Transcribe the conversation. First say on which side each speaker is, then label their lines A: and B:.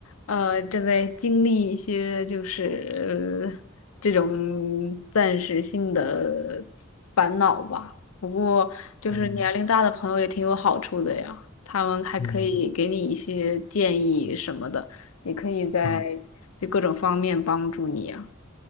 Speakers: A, on the left; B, on the left.
A: 呃，正在经历一些就是呃这种暂时性的烦恼吧。不过，就是年龄大的朋友也挺有好处的呀，
B: 嗯
A: 他们还可以给你一些建议什么的，
B: 嗯
A: 也可以在就各种方面帮助你呀。
B: 啊，